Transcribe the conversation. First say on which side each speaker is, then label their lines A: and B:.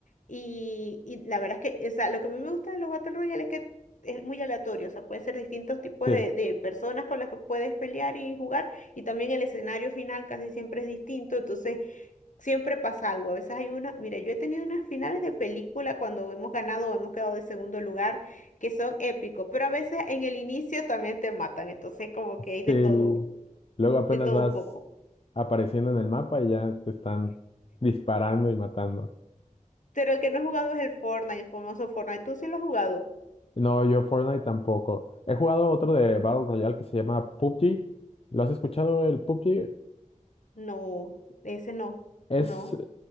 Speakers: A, on the left (about 70°); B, on the left (about 45°).
A: y, y la verdad es que, o sea, lo que a mí me gusta de los Battle Royale es que es muy aleatorio, o sea, puede ser distintos tipos
B: Sí,
A: de, de personas con las que puedes pelear y jugar y también el escenario final casi siempre es distinto, entonces siempre pasa algo, a veces hay una, mira, yo he tenido unas finales de película cuando hemos ganado o hemos quedado de segundo lugar que son épicos, pero a veces en el inicio también te matan, entonces como
B: sí,
A: que hay de
B: el-
A: todo,
B: luego apenas
A: de todo
B: vas
A: un poco.
B: apareciendo en el mapa y ya te están disparando y matando.
A: Pero el que no he jugado es el Fortnite, el famoso Fortnite. ¿Tú sí lo has jugado?
B: No, yo Fortnite tampoco. He jugado otro de Battle Royale que se llama PUBG. ¿Lo has escuchado el PUBG?
A: No, ese no,
B: Es
A: no,